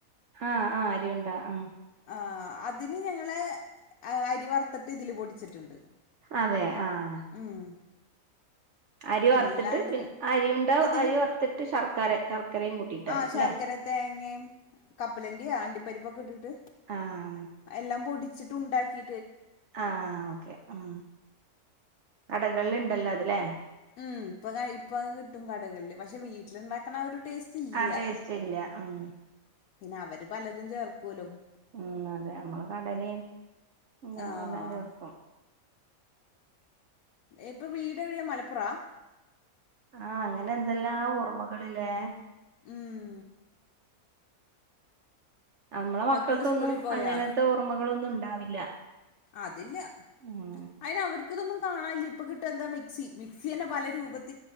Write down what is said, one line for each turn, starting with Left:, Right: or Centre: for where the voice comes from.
Right: ഹ ആ അരിയുണ്ട ആ.
Left: ആ അതിന് ഞങ്ങള് അരി വറുത്തിട്ട് ഇതില് പൊടിച്ചിട്ടുണ്ട്.
Right: അതെ ആഹ
Left: ഉം
Right: അരി വറുത്തിട്ട്
Left: അല്ലാണ്ട്
Right: പിന്നെ അരിയുണ്ട
Left: ഇതില്
Right: അരി വറുത്തിട്ട് ശർക്കര ശർക്കരയും കൂട്ടിട്ടായിരിക്കുംല്ലേ
Left: ആ ശർക്കര തേങ്ങയും കപ്പലണ്ടിയാ <unintelligible> പരിപ്പൊക്കെ ഇട്ടിട്ട്
Right: ആഹ്
Left: എല്ലാം പൊടിച്ചിട്ട് ഉണ്ടാക്കി.
Right: ആഹ ഓക്കെ ഉം, കടകളിൽണ്ടല്ലോ അത് ലേ
Left: ഉം ഇപ്പൊ ഇപ്പൊ കിട്ടും കടകളില് പക്ഷെ വീട്ടിലുണ്ടാക്കണ ഒരു ടേസ്റ്റ് ഇല്ല
Right: ആ ടേസ്റ്റ് ഇല്ല ഉം.
Left: പിന്നെ അവര് പലതും ചേർക്കുമല്ലോ.
Right: ഉം അതെ നമ്മള് കടലയും ഇങ്ങനെയ
Left: ആ
Right: എല്ലാം ചേർക്കും.
Left: ഇപ്പൊ വീട് എവിടെയാ മലപ്പുറ.
Right: ആ അങ്ങനെ എന്തെല്ലാ ഓർമ്മകൾ ലേ.
Left: ഉം
Right: നമ്മളെ മക്കൾക്കൊന്നും
Left: മക്കള് സ്കൂളിൽ പോയാ
Right: അങ്ങനത്തെ ഓർമ്മകളൊന്നും ഉണ്ടാവില്ല.
Left: അതില്ല
Right: ഉം
Left: അയിന അവർ. ഇതൊന്നും കാണ ഇല്ല, ഇപ്പൊ കിട്ടാൻ എന്താ മിക്സി മിക്സി തന്നെ പല <unintelligible>